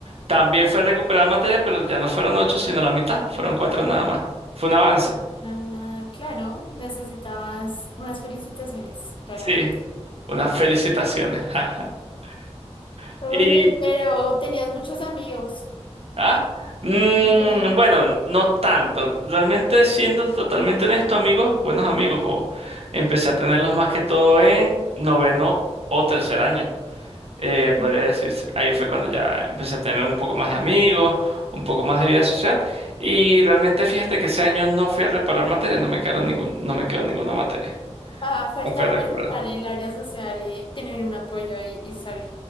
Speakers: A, on the right; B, on the left.
A: También fue recuperar materia, pero ya no fueron ocho, sino la mitad. Fueron cuatro nada más. Fue un avance.
B: Ah, claro, necesitabas unas felicitaciones, claramente.
A: Sí, unas felicitaciones. jaja. <laughs>
B: Oye,
A: Y,
B: pero tenías muchos amigos.
A: ¿ah? Mm,
B: no Tenías-
A: bueno, no tanto. Realmente, siendo totalmente honesto, amigos, buenos amigos, o empecé a tenerlos más que todo en noveno o tercer año. Eh,
B: mm,
A: podría decirse. Ahí fue cuando ya empecé a tener un poco más de amigos, un poco más de vida social. Y realmente, fíjate que ese año no fui a reparar materia, no me quedaron ningún, no me quedó ninguna materia.
B: Ah, faltaba
A: La fue a recuperar.
B: mejorar el área social y tener un apoyo ahí y sale.